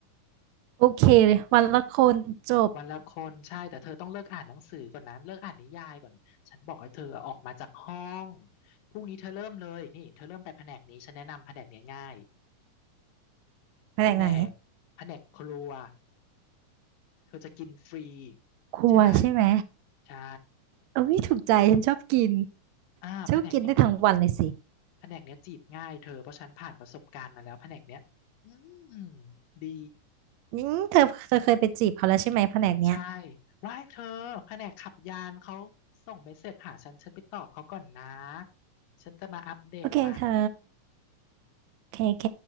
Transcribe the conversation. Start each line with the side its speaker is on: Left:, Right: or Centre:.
Right: โอเคเลยวันละคนจบ
Left: วันละคนใช่แต่เธอต้องเลิกอ่านหนังสือก่อนนะเลิกอ่านนิยายก่อนฉันบอกให้เธอออกมาจากห้องพรุ่งนี้เธอเริ่มเลยนี่เธอเริ่มไปแผนกนี้ฉันแนะนำแผนกเนี้ยง่าย
Right: แผนกไหน
Left: แผนกแผนกครัวเธอจะกินฟรี
Right: ครัวใช่ไหม
Left: ใช่ไหมใช่
Right: โอ้ยถูกใจฉันชอบกิน
Left: อ่าแผนกเนี้ย
Right: ชอบกินได้ทั้งวันเลยสิ
Left: แผนกเนี้ยจีบง่ายเธอเพราะฉันผ่านประสบการณ์มาแล้วแผนกเนี้ยอืมดี
Right: อืมเธอเธอเคยไปจีบเขาแล้วใช่ไหมแผนกเนี้ย
Left: ใช่ว่าให้เธอแผนกขับยานเขาส่งเมสเสจหาฉัน ฉันไปตอบเขาก่อนนะ ฉันจะมาอัปเดตใหม่
Right: โอเคเธอโอเคโอเค